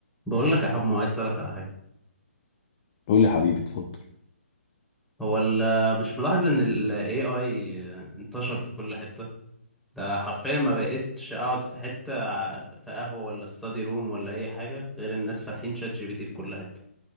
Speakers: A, in the centre; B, on the left.
A: بقول لك يا حمو عايز اسالك على حاجه
B: قول لي حبيبي اتفضل
A: هو ال مش ملاحظ ان ال AI انتشر في كل حته ده حرفيا ما بقتش اقعد في حته ع- في قهوه ولا استادي روم ولا اي حاجه غير الناس فاتحين شات جي بي تي في كل حته